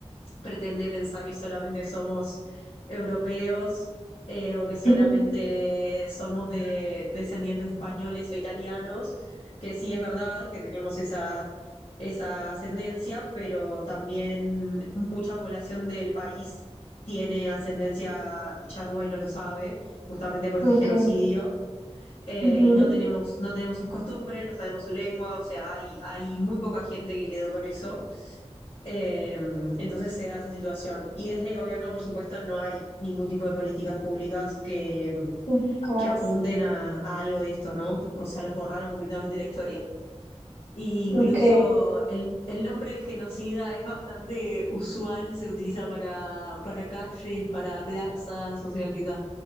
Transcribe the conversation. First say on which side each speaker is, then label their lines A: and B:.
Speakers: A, on the left (about 55°); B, on the left (about 80°).
A: pretende pensar que solamente somos europeos eh, o que solamente
B: ujú,
A: somos de descendientes de españoles o italianos, que sí es verdad que tenemos esa, esa ascendencia, pero también mucha población del país tiene ascendencia charrúa y no lo sabe, justamente por este
B: Ok,
A: genocidio, eh,
B: ujú,
A: y no tenemos, no tenemos sus costumbres, no sabemos su lengua, o sea, hay, hay muy poca gente que quedó con eso. Eh, entonces se da esa situación. Y desde el gobierno, por supuesto, no hay ningún tipo de políticas públicas que,
B: ujucas,
A: que apunten a, a algo de esto, ¿no? O sea, los borraron completamente de la historia. E incluso
B: ok,
A: el, el nombre del genocida es bastante usual, se utiliza para, para calles, para plazas, o sea que ta,